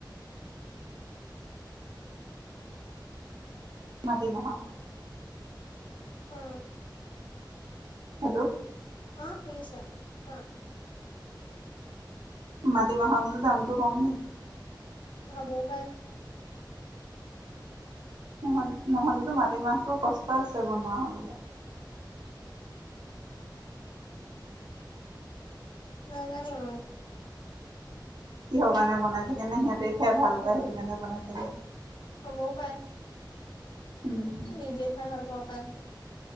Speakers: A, on the right; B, on the left.
A: মাতিমাহ
B: অ
A: হেল্লো'
B: অ শুনিছা? কোৱা
A: মাটিমাহৰ বোলো দামটো কম নে?
B: হব পায়
A: নহ' নহ'লেতো মাটিমাহটো কষ্ট আছে বনোৱা হ'বলা
B: নাজানো
A: কিহৰ কাৰণে বনাই থাকে নে সিহঁতে খাই ভাল পায় সেইটো কাৰণে বনাই থাকে
B: হ'বও পাৰে
A: উম
B: নিজে খাই ভাল পাব পাৰে